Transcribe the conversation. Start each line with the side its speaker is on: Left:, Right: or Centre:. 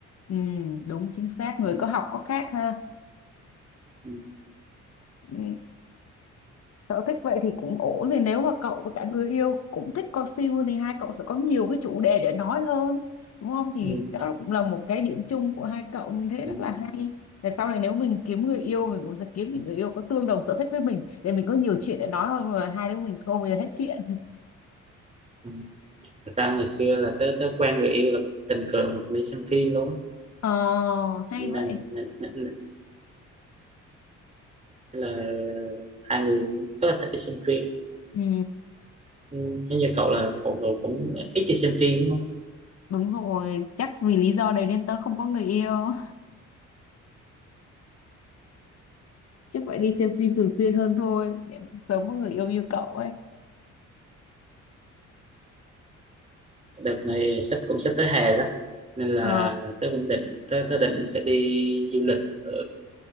Left: ừ, đúng chính xác người
Right: ừ,
Left: có học có khác ha
Right: ừ,
Left: Ừ. sở thích vậy thì cũng ổn thì nếu mà cậu và cả người yêu cũng thích coi phim thì hai cậu sẽ có nhiều cái chủ đề để nói hơn đúng không thì
Right: ừ,
Left: đó là- cũng là một cái điểm chung của hai cậu mình thấy
Right: ừ,
Left: rất là hay tại sau này nếu mình kiếm người yêu mình cũng sẽ kiếm những người yêu có tương đồng sở thích với mình để mình có nhiều chuyện để nói hơn mà hai đứa mình sẽ không bao giờ hết chuyện
Right: ừ. thật ra ngày xưa là tới tới quen người yêu là cũng tình cờ một đi xem phim đúng không?
Left: ờ hay
Right: nên
Left: vậy
Right: nên, nên, nên là nên là hai người rất là thích đi xem phim
Left: ừ
Right: Ừ, Thế như cậu là cậu, cậu cũng ít đi xem phim đúng không?
Left: đúng rồi chắc vì lý do đấy nên tớ không có người yêu <laughs> chắc phải đi xem phim thường xuyên hơn thôi để sớm có người yêu như cậu ấy
Right: Đợt này sắp cũng sắp tới hè đó nên là
Left: ờ
Right: tớ cũng định tớ, tớ định sẽ đi du lịch ở